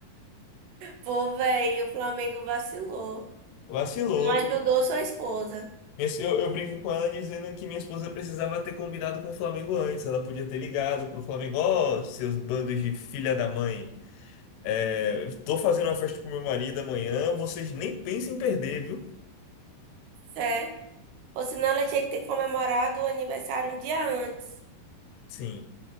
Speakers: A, on the right (about 85°); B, on the left (about 85°).
A: Pô, velho, o Flamengo vacilou.
B: <laughs> Vacilou.
A: Não ajudou sua esposa,
B: Minha se- Eu, eu brinco com ela dizendo que minha esposa precisava ter combinado com o Flamengo antes. Ela podia ter ligado pro Flamengo, ó, seus bandos de filha da mãe. É, tô fazendo uma festa pro meu marido amanhã, vocês nem pensem em perder, viu?
A: é. Ou senão ela tinha que ter comemorado o aniversário um dia antes.
B: Sim.